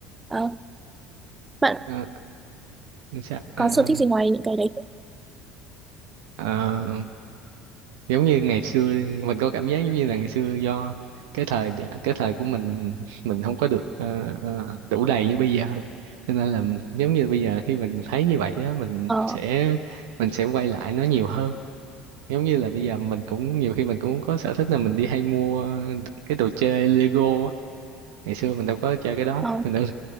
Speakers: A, on the right; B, on the right.
A: ờ, ờ, bạn
B: Ờ, sao ờ,
A: có sở thích gì ngoài những cái đấy không?
B: ờ, giống như ngày xưa mình có cảm giác giống như là ngày xưa do cái thời cái thời của mình mình không có được ờ, ờ, đủ đầy như bây giờ cho nên là giống như bây giờ khi mình thấy như vậy á mình
A: ờ
B: sẽ mình sẽ quay lại nó nhiều hơn giống như là bây giờ mình cũng nhiều khi mình cũng có sở thích là mình đi hay mua cái đồ chơi Lego á ngày xưa mình đâu có chơi cái đó
A: ờ,
B: mình đâu